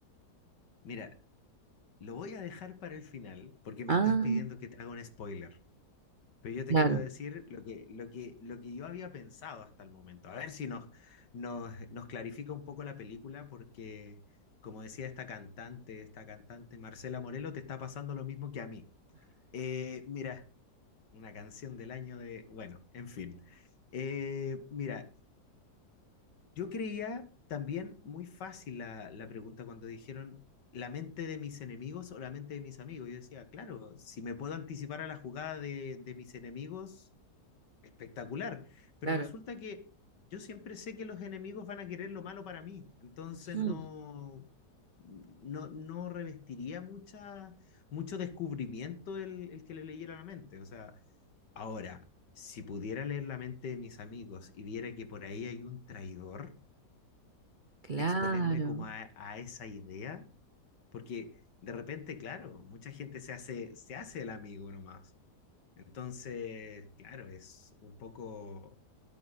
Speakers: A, on the left; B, on the right.
A: Mira, lo voy a dejar para el final porque me
B: Ah,
A: estás pidiendo que te haga un spoiler. Pero yo te
B: claro,
A: quiero decir lo que, lo que, lo que yo había pensado hasta el momento. A ver si nos, nos, nos clarifica un poco la película porque, como decía esta cantante, esta cantante Marcela Morelo, te está pasando lo mismo que a mí. Eh, mira, una canción del año de, bueno, en fin. Eh, mira, yo creía también muy fácil la, la pregunta cuando dijeron la mente de mis enemigos o la mente de mis amigos. Yo decía, claro, si me puedo anticipar a la jugada de, de mis enemigos, espectacular. Pero
B: claro.
A: resulta que yo siempre sé que los enemigos van a querer lo malo para mí. Entonces
B: Mm,
A: no, no, no revestiría mucha, mucho descubrimiento el, el que le leyera la mente. O sea, Ahora, si pudiera leer la mente de mis amigos y viera que por ahí hay un traidor,
B: Claro,
A: exponerme como a, a esa idea, porque de repente, claro, mucha gente se hace, se hace el amigo nomás. Entonces, claro, es un poco...